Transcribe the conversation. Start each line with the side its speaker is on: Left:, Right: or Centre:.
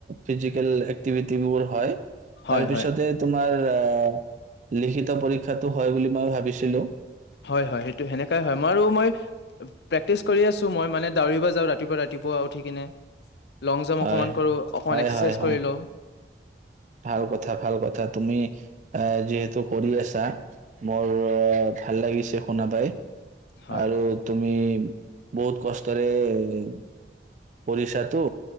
Right: ফিজিকেল এক্তিভিবোৰ হয়।
Left: হয়-হয়।
Right: তাৰপিছতে তোমাৰ অহ লিখিত পৰীক্ষাটো হয় বুলি মই ভাবিছিলো।
Left: হয়-হয় সেইটো সেনেকাই হয় মই-মই প্ৰেকটিচ কৰি আছো ম মানউৰিব যা ৰাতিপুৱ-ৰাতিপুৱা উঠি কিনে। লং জাম্প,
Right: হয়,
Left: অকণমান কৰোঁ অকণমান
Right: হয়,
Left: এক্সাৰচাইজ
Right: হয়, হয়।
Left: কৰি লওঁ।
Right: ভাল কথা ভাল কথা তুমি অহ যিহেতু কৰি আছা মোৰ ভাল লাগিছে শুন পাই।
Left: হয়
Right: আৰু তুমি বহুত কষ্ট উ', পঢ়িচাটো।